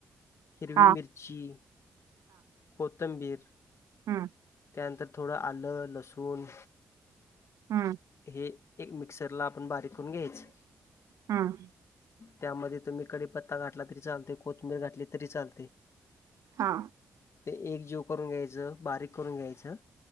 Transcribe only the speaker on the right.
हा
हा
हा
हम्म
हा